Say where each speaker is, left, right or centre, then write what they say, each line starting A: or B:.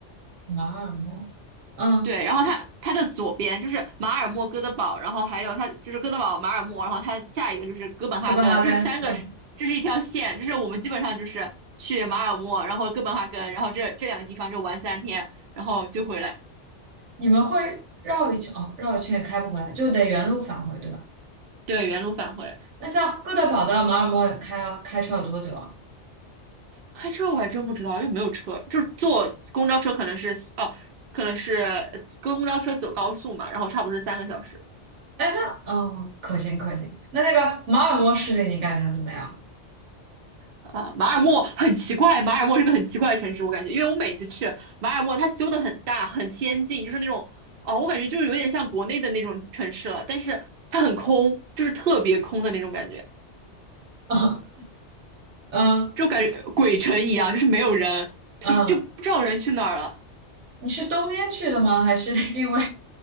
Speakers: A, on the right; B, on the right.
A: 马尔默，嗯，
B: 对，然后它它的左边就是马尔默、哥德堡，然后还有它就是哥德堡、马尔默，然后它下一个就是哥本哈根，
A: 哥本哈根，
B: 这是三个，
A: 嗯，
B: 这是一条线，就是我们基本上就是去马尔默，然后哥本哈根，然后这这两个地方就玩三天，然后就回来，
A: 你们会绕一圈哦，绕一圈也开不回来，就得原路返回，对吧？
B: 对，原路返回。
A: 那像哥德堡到马尔默开开车要多久啊？
B: 开车我还真不知道，又没有车，就是坐公交车可能是哦，可能是呃公交车走高速嘛，然后差不多是三个小时。
A: 哎，那哦，可行可行。那那个马尔默市里你感觉怎么样？
B: 啊，马尔默很奇怪，马尔默是个很奇怪的城市，我感觉，因为我每次去马尔默，它修的很大，很先进，就是那种，哦，我感觉就是有点像国内的那种城市了，但是它很空，就是特别空的那种感觉，
A: <laughs> 嗯嗯
B: 就感觉呃鬼城一样，就是没有人，屁就不知道人去哪儿了，
A: 嗯。你是冬天去的吗？还是 <laughs> 因为